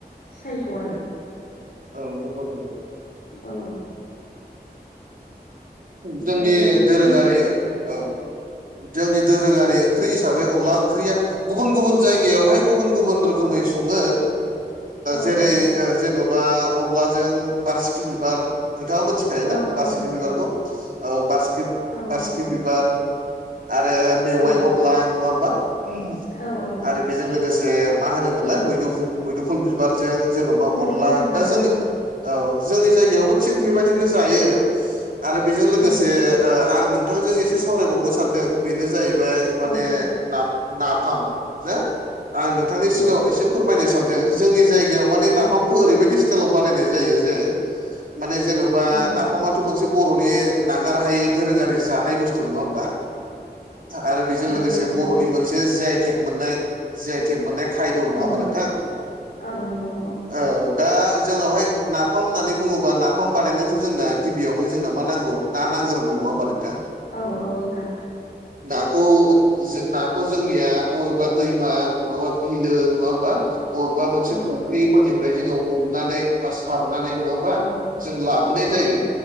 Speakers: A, on the left; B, on the right.
A: स्टाइलखौ आरो।
B: औ नंगौ नंगौ।
A: औ। ओमफ्राय
B: जोंनि दोरोङारिया
A: नों
B: औ। जोंनि दोरोङारि ओंख्रि हिसाबै अनला ओंख्रिया गुबुन गुबुन जायगायावहाय गुबुन गुबुन रोखोमै सङो।
A: औ
B: जेरै
A: औ
B: जेन'बा अनलाजों बारसिखि बिबार नोंथाङा मोनथिखायोना
A: औ
B: बारसिखि
A: औ
B: बिबारखौ? औ बारसिखि
A: औ
B: बारसिखि
A: मिथियो
B: बिबार आरो मेवाइ
A: उम
B: अनला नङा होमबा उम
A: औ औ
B: आरो बेजों लोगोसे मा होनोमोनलाय मैद मैदुखुल बिबारजों जेन'बा बा
A: मुदुफुल
B: अनला
A: बिबार
B: दा जोंनि
A: औ
B: औ जोंनि जायगायावबो थिग बेबायदिनो जायो आरो बेजों लोगोसे
A: उम
B: आं नोंथांजों एसे सावरायबावनो सानदों बेनो जाहैबाय माने
A: औ दे
B: न नाफाम ना आं नोंथांनि सिगाङाव
A: औ
B: एसे फोरमायनो सानदों जोंनि जायगायाव जायगायाव माने नाफामखौ
A: ओ
B: ओरैबायदि सिटाइल आव बनाय जायो जे माने जेन'बा
A: औ
B: नाफ मोनसे बर'नि नागार हायै दोरोङारि जानाय बुस्थु नङा होमबा? आरो बेजों
A: औ
B: लोगोसे
A: नंगौ नोंथां
B: बर'नि मोनसे जि आइ थेक मोननाय जि आइ थेक मोननाय खाय नङा
A: औ
B: होमबा नोंथां?
A: औ नंगौ औ
B: ओ दा जोंनावहाय नाफाम होननानै बुङोबा नाफाम बानायनायथ' जोंना गिबियाव जोंना मा नांगौ नांग्रौ नङा होनबा नोंथां?
A: औ औ ना।
B: नाखौ नाखौ जोंनिया बबेबा दैमा नङाबा बिलो नङा होमबा बबेबा मोनसे
A: औ
B: फुख्रिफोरनिफ्राय जोङो हमनानै बा सारनानै नङा बा
A: औ
B: जों लाबोनाय
A: औ
B: जायो‌।